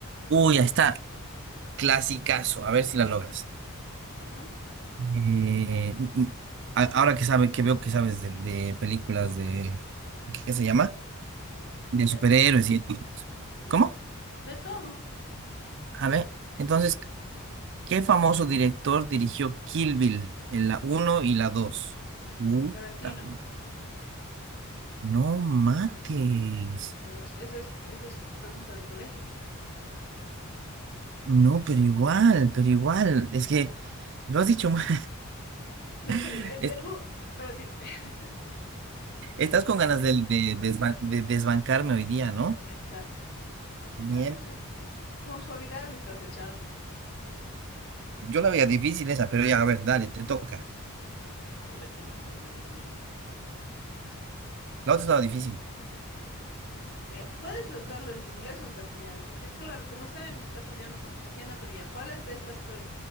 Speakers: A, on the right (about 55°); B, on the left (about 45°).
A: Uy, ahí está, clasicazo, a ver si la logras.
B: Ya.
A: Eh, mm, mm, a- ahora que sabe, que veo que sabes de, de películas de, ¿qué se llama? De superhéroes
B: Ya.
A: y... ¿Cómo?
B: Ya, de todo,
A: A ver, entonces, ¿qué famoso director dirigió Kill Bill en la uno y la 2? Puta,
B: Tarantino,
A: no mates.
B: pero eso es- eso es, eso es pregunta de colegio.
A: No, pero igual, pero igual. Es que lo has dicho mal.
B: No
A: <laughs>
B: sé, el,
A: Es-
B: el u- Tarantino, <laughs>
A: Estás
B: es, pues,
A: con ganas de, de desban- de desbancarme hoy día, ¿no?
B: exacto. No, pero
A: Mier-
B: también eh, su- con suavidad le estás echando.
A: Yo la veía difícil esa, pero ya, a ver, dale, te toca.
B: A ver, ojalá que no sea muy, muy, qué sé yo.
A: La otra estaba difícil.
B: Ve, Puedes darlo en inglés o en castellano, porque claro, como están en castellano para que se entienda, pero ya, ¿cuáles de estas? pe-